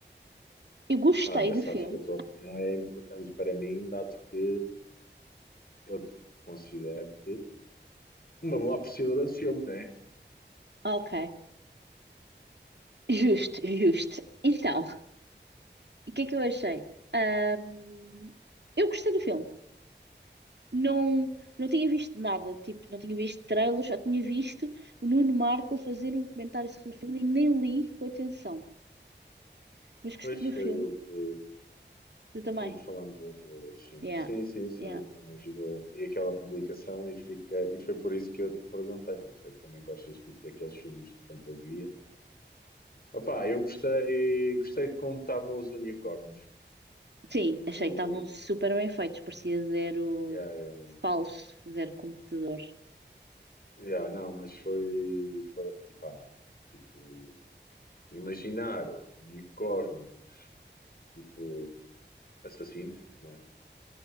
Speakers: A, on the right; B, on the left.
A: eu gostei
B: Olha,
A: do
B: sabes
A: filme.
B: que a tua opinião é importante para mim, dado que eu te considero-te uma boa apreciadora de filmes, não é?
A: Ah, Ok, justo, justo. Então, o que é que eu achei? Ahm, eu gostei do filme. Não, não tinha visto nada, tipo, não tinha visto trailers, só tinha visto o Nuno Marco fazer um comentário sobre o filme e nem li com atenção. Mas gostei
B: Pois
A: do filme,
B: foi eu que.
A: tu também.
B: Foi o que falámos da outra vez, sim.
A: Yeah.
B: Sim, sim, sim,
A: yeah.
B: eu também fiz a, vi aquela publicação e, fica, e foi por isso que eu te perguntei, porque sei que também gostas tipo, daqueles filmes de fantasia. Opá, eu gostei, gostei de como estavam os unicórnios.
A: Sim, achei
B: O,
A: que estavam super bem feitos, parecia zero
B: yeah, yeah,
A: falso, zero computador.
B: yeah, não, mas foi, foi epá, tipo, imaginar unicórnios, tipo, assassinos, né?